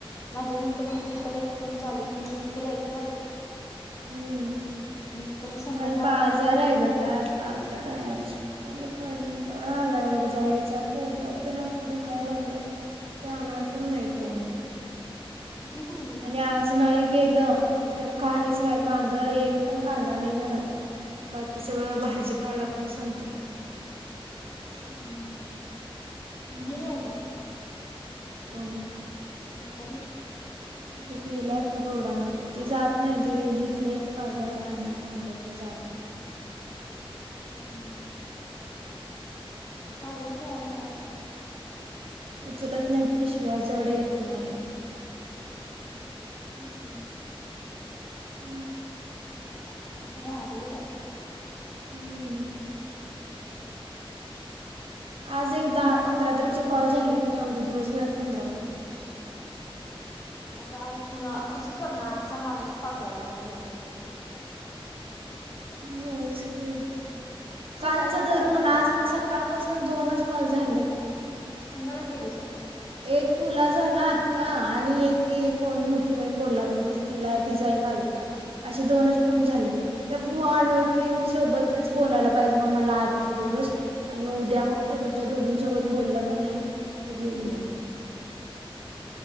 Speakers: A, on the left; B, on the right.
A: माझ्या नंतर निकिताला एक फोन चालू निकितीला एक कर.
B: हम्म
A: आणि परत संध्याकाळ
B: आज
A: आणि
B: बाजार
A: परत
B: आहे ग त्या आज बाजार आहे आज. म्हला कंटाळा आलाय बघ जायचा पोटात तर न असत दुखायला लागले. जाणार पण नाही कोण.
A: ती कुठे गेली?
B: आणि आज नाही गेलं तर काहीच नाही कांदा बिदं- एक पण कांदा नाही घरात बाकी सगळं
A: हम्म,
B: भाजीपाला पण संपलाय.
A: हम
B: हम्म
A: होय का.
B: कोण?
A: म्हातारी.
B: ती गेल्यात गोडाऊन कडे, ती जात नाही ती ईतलं इथं बाजार काय आणायचं म्हंटलं तरी जात नाही.
A: हम बाजार जायला काय होतया.
B: उचलत नाही पिशव्या जड येत नाही.
A: हं हं अं,
B: हम्
A: <unintelligible>
B: हम्म, आज एक दहा पंधरा तर कॉल झाले का नाही, उद्या दिवसभरात पंधरा करतो कसं पण.
A: आता आज कुणा कसं करण आजचा माझाच पाचवा झालाय म्हणते अस तु.
B: होयचं की, कालचं
A: सकाळीच
B: धरून
A: करायला पाहिजे
B: आज
A: होतं.
B: प सकाळपासून दोनच कॉल झालेत.
A: कुणाला केलीस आज?
B: एक तुला झाला आत्ता आणि एक ती कोण होती, बाई कोल्हापूरची तिला तिचा एक आलता. असे दोनच फोन झाले. त्या ब अनोळकींसोबतच बोलायला पाहिजे मग मला आजच्या दिवस. आणि उद्या मग तुमच्या दोघींसोबत बोललं का नाही की होईल
A: हम्म.
B: मग. <inaudible>